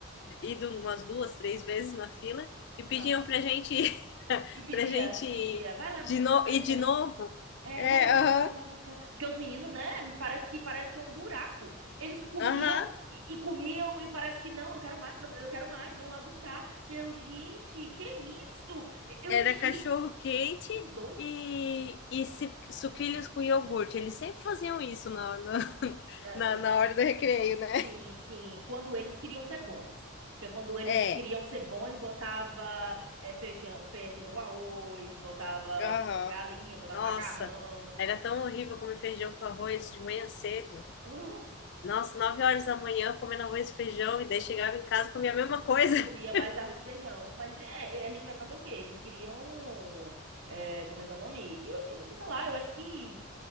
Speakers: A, on the left; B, on the right.
A: ido umas duas, três vezes na fila e pediam
B: Ah.
A: pra gente ir- <laughs>
B: E pedia,
A: pra gente ir
B: pedia, vai lá
A: de
B: buscar,
A: no,
B: vai
A: ir
B: pra
A: de
B: gente.
A: novo.
B: É,
A: É,
B: vai lá buscar,
A: aham,
B: vai lá buscar. Porque os meninos, né? Parece que parece que é um buraco. Eles comiam
A: aham.
B: e, e comiam e parece que não, eu quero mais, eu quero mais, vão lá buscar. E eu, gente, que isso? Eu
A: Era
B: enchi
A: cachorro quente
B: com dois,
A: e, e si- sucrilhos com iogurte. Eles sempre faziam isso na, na, <laughs>
B: né,
A: na
B: co-
A: na hora do recreio, né?
B: Sim, sim, quando eles queriam ser bons. Porque quando eles
A: É,
B: não queriam ser bons, botava é, feijão, fe- feijão com arroz, botava
A: aham.
B: é, galinha, botava
A: Nossa,
B: macarrão.
A: era tão horrível comer feijão com arroz de manhã cedo.
B: Uh!
A: Nossa, nove horas da manhã comendo arroz e feijão e daí chegava em casa e comia a mesma coisa.
B: E
A: <laughs>
B: comia mais arroz e feijão. Mas é, é, a gente vai fazer o quê? Eles queriam. é, como é que é o nome? Eu, eu- sei lá, eu acho que.